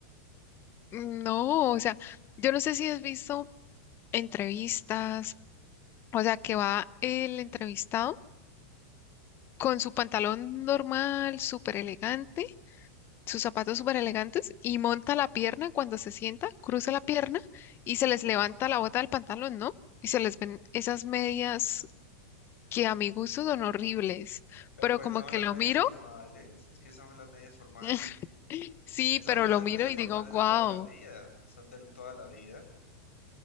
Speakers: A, on the left; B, on the left.
A: No, o sea, yo no sé si has visto entrevistas O sea, que va el entrevistado con su pantalón normal, súper elegante, sus zapatos súper elegantes y monta la pierna cuando se sienta, cruza la pierna y se les levanta la bota del pantalón, ¿no? Y se les ven esas medias que a mi gusto son horribles,
B: Pero
A: pero
B: pues
A: como
B: esas son
A: que
B: las
A: lo
B: medias
A: miro,
B: formales, es que esas son las medias formales.
A: <laughs> sí,
B: Esas
A: pero
B: son
A: lo
B: las
A: miro
B: medias
A: y
B: formales
A: digo, wow.
B: de toda la vida, son de toda la vida.